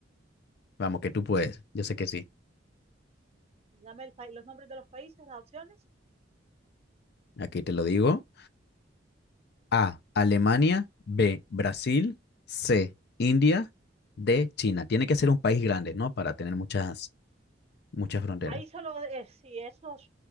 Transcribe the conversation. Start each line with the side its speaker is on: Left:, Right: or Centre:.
Left: Vamos, que tú puedes. Yo sé que sí.
Right: dame el país, los nombres de los países, las opciones.
Left: Aquí te lo digo. A, Alemania. B, Brasil. C, India. D, China. Tiene que ser un país grande, ¿no? Para tener muchas, muchas fronteras.
Right: Ahí solo es si es los